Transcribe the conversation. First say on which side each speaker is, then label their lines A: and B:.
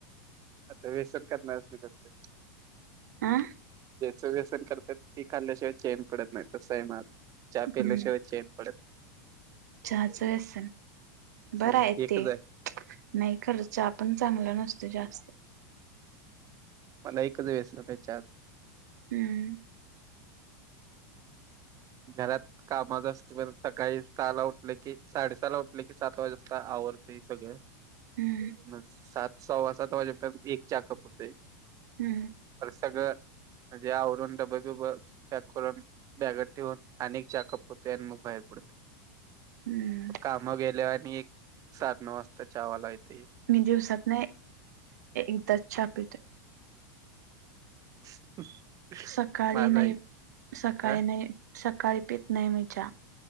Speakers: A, on the right; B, on the right.
A: आता व्यसन करणाऱ्यासनी कसलं.
B: आ.
A: ज्याचं व्यसन करतात. ती खाल्ल्याशिवाय चेन पडत नाही. तसं आहे माझं चहा
B: हम्म
A: पिल्याशिवाय चेन पडत नाही.
B: चहाचं व्यसन बराय
A: हम् एकच
B: ते.
A: आहे
B: नाही खरंच चहा पण चांगला नसतोय जास्तं.
A: मला एकच व्येसन आहे चहाचं.
B: हम्म.
A: घरात. कामात असतोय. पण सकाळी सहाला उठल की, साडेसहाला उठलं की सात वाजता आवरतो. ते सगळं
B: हम्म
A: मग सात सव्वा सात वाजे पर्यंत एक चहा कप होतंय.
B: हम्म.
A: सगळं म्हणजे, आवरून डब बीब पॅक करून बॅगेत. ठेवून आणि एक चहा कप होतंय. आणि मग बाहेर पडतोय
B: हम्म
A: कामावर गेलेवर आणि एक. साडे नऊ वाजता चहा वाला येतो.
B: मी दिवसातन एकदाच चहा पितोय.
A: <inaudible>
B: सकाळी
A: माझा
B: नाही.
A: एक
B: सकाळी
A: हा
B: नाही सकाळी पित नाही मी चा.